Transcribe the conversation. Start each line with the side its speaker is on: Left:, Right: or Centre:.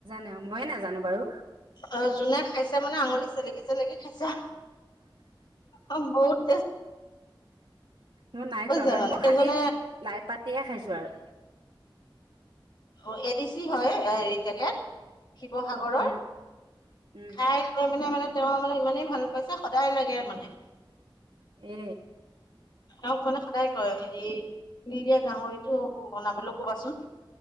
Right: এ ময়ে নাজানো বাৰু।
Left: অ যোনে খাইছে মানে আঙুলি চেলেকি চেলেকি খাইছে অ বহুত তেচ।
Right: মই নাই
Left: হৈছে
Right: খোৱা বাৰু
Left: মানে
Right: মই
Left: সেইজনে
Right: খালি লাই পাত দিহে খাইছো আৰু।
Left: অ এডি চি হয় এই তেখেত শিৱসাগৰৰ
Right: উম উম
Left: খাই। খাই মানে মানে তেওঁ মানে ইমানেই ভাল পাইছে সদায় লাগে মানে।
Right: এ
Left: তেওঁক মানে সদায় কয় হেৰি তিল দিয়া গাহৰিটো বনাবলৈ কবাচোন।